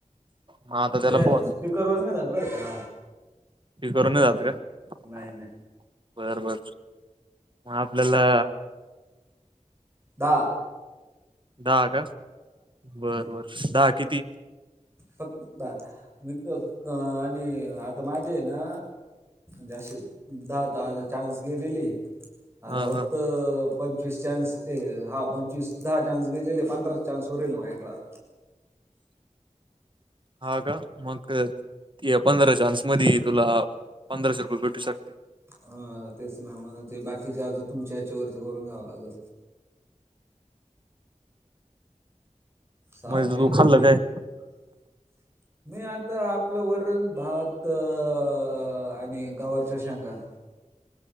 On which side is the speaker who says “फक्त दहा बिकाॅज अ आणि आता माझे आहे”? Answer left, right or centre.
Right